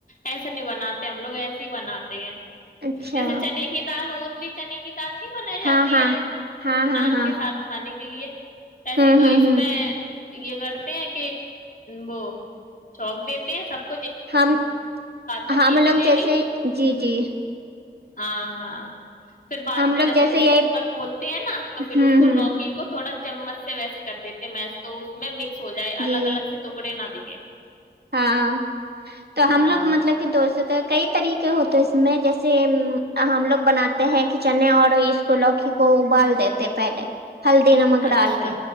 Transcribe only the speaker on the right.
اچھا
ہاں ہاں
ہاں
ہاں
ہاں
ہوں
ہوں
ہوں
ہم
ہم
لوگ
جیسے
جی جی
ہم
لوگ
یہی
ہوں
ہوں
جی
ہاں تو ہم
لوگ مطلب کہ دوستوں کئی طریقے کیا ہو تو اس میں جیسے ہم لگ بناتے ہیں کہ چنے اور اس کو لوکی کو ابال دیتے پہلے ہلدی نمک
ڈال کے